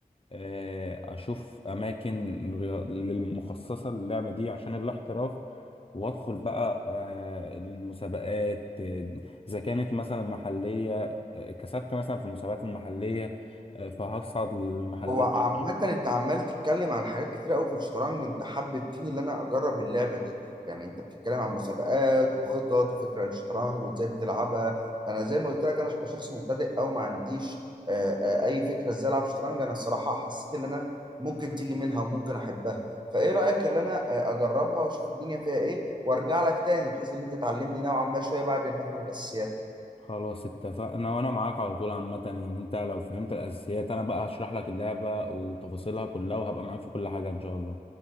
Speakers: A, on the left; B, on the right.
A: آه، اشوف اماكن ريا- للمخصصه للعبه دي عشان الاحتراف وادخل بقى آه، المسابقات آه، اذا كانت مثلا محليه آه، كسبت مثلا في المسابقات المحليه آه، فهصعد للمحلات
B: هو عامة
A: دي.
B: انت عمال تتكلم عن حاجات كتير قوي في الشطرنج انت حببتني ان انا اجرب اللعبة دي يعني انت بتتكلم عن مسابقات وخطط وفكرة للشطرنج وازاي بتلعبها انا زي ما قلت لك انا كشخص مبتدئ او ما عنديش آه، آه، اي فكرة ازاي العب شطرنج انا الصراحة حسيت ان انا ممكن تيجي منها وممكن احبها فايه رأيك ان انا آه، اجربها واشوف الدنيا فيها ايه وارجع لك تاني بحيث ان انت تعلمني نوعا ما شوية بعد ما افهم الاساسيات
A: خلاص اتفقنا وانا معاك على طول عامه يعني انت لو فهمت الاساسيات انا بقى هشرح لك اللعبه وتفاصيلها كلها وهبقى معاك في كل حاجه ان شاء الله